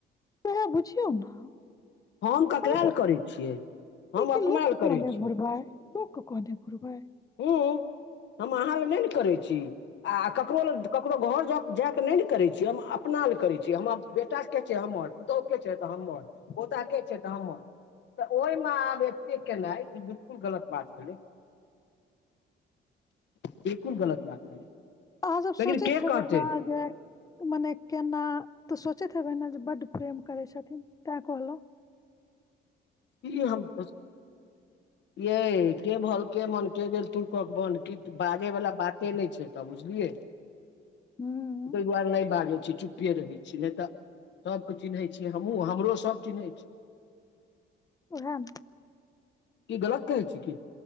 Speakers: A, on the left; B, on the left.
A: सैहे बुझियौ ने।
B: हम ककरा
A: मतलब
B: लए करै छियै हम
A: ई कि लोक
B: अपना
A: के
B: लए करै
A: कहने घुरबै
B: छियै।
A: लोक कऽ कहने घुरबै।
B: हँ हम अहाँ ल नहि ने करैत छी आ ककरो ल ककरो घर ज जाय के नहि ने करे छी हम अपना ले करे छी हमर बेटा छै हमर पुतौह के छै तऽ हमर पोता के छै तऽ हमर तऽ ओहिमे आब एते केनाइ ई बिल्कुल गलत बात भेलै। बिल्कुल गलत बात भेलै।
A: अहाँ सब सोचैत
B: लेकिन के
A: हेबै
B: कहतै
A: ने जे मने केना तऽ सोचैत हेबै ने जे बड्ड प्रेम करै छथिन तेँ कहलौं।
B: की हम <unintelligible> यै के भल के मन के गेल तू कक बन कीक बाजै वला बाते नय छै। तऽ बुझलियै
A: हूँ
B: तै दुआरे नय बाज छै चुप्पे रहै छी नैतऽ सभके चिन्है छियै हमहूँ हमरो सभ चिन्है छै।
A: उहे न।
B: की गलत कहै छी की।